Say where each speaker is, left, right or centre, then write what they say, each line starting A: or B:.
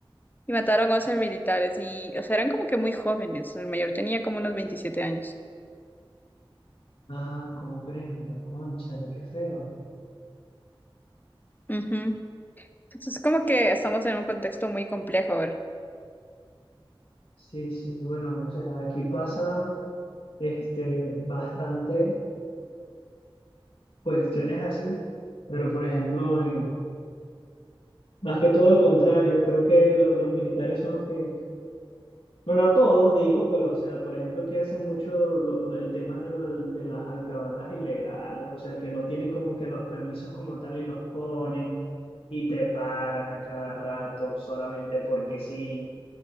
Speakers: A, on the left; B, on the left.
A: Y mataron a 11 militares y, o sea, eran como que muy jóvenes. El mayor tenía como unos 27 años.
B: Ah, comprendo, cónchale, qué feo.
A: Ujú. Entonces, como que estamos en un contexto muy complejo ahora.
B: Sí, sí, bueno, o sea, aquí pasa este, bastante cuestiones así, pero por ejemplo, en- más que todo al contrario, creo que lo- los militares son los que Bueno, a todos digo, pero o sea, por ejemplo, aquí hacen mucho lo- lo- el tema de, lo del- de las alcabalas ilegales, o sea, que no tienen como que los permisos como tal y los ponen y te paran a cada rato solamente porque sí,